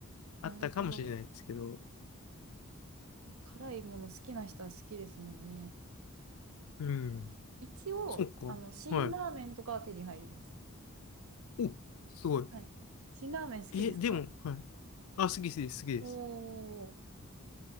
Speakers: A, on the left; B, on the right.
A: あったかもしれないですけど。
B: ー、なるほど。辛いもの好きな人は好きですもんね。
A: うん。
B: 一応、
A: そう
B: あの、辛ラーメンとかは手に入ります。
A: か。はい。お、すごい。
B: はい。辛ラーメン好きですか
A: え、でも、はい。あ、好き好きです、好きです。
B: おー。